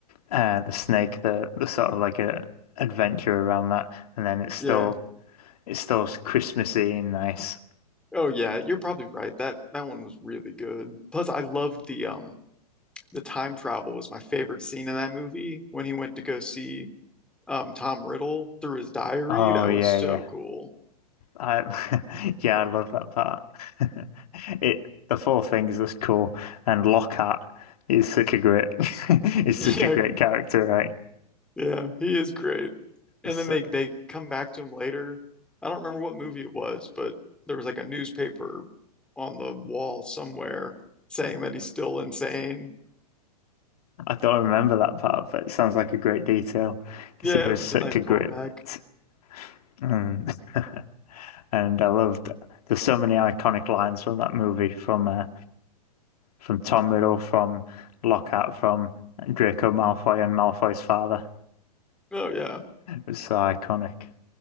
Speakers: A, on the left; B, in the centre.
A: uh, the snake, the the sort of like a adventure around that, and then it's still
B: Yeah.
A: it's still Christmassy and nice.
B: Oh yeah, you're probably right. That that one was really good. Plus I loved the um the time travel was my favorite scene in that movie when he went to go see um Tom Riddle through his diary.
A: Oh
B: That
A: yeah,
B: was so
A: yeah.
B: cool.
A: I <laughs> yeah, I love that part. <laughs> It the four things that's cool, and Lockhart is such a great <laughs> is
B: <laughs>
A: such
B: Yeah,
A: a great character, right?
B: Yeah, he is great. And
A: So-
B: then they they come back to him later. I don't remember what movie it was, but there was like a newspaper on the wall somewhere saying that he's still insane.
A: I don't remember that part, but it sounds like a great detail because
B: Yeah,
A: he was
B: it was
A: such
B: a nice
A: a
B: callback.
A: great bit. Mm. <laughs> And I loved there's so many iconic lines from that movie from uh, from Tom Riddle, from Lockhart, from Draco Malfoy and Malfoy's father.
B: Oh yeah.
A: It was so iconic.